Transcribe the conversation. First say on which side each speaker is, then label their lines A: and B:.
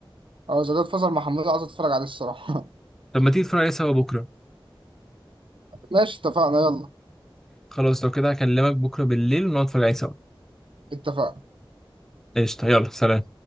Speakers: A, on the right; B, in the centre.
A: اه زي ده فضل محمود عايز اتفرج عليه الصراحه
B: طب ما تيجي تتفرج عليه سوا بكره
A: <laughs> ماشي اتفقنا يلا
B: خلاص لو كده هكلمك بكره بالليل ونقعد نتفرج عليه سوا
A: اتفقنا
B: قشطه يلا سلام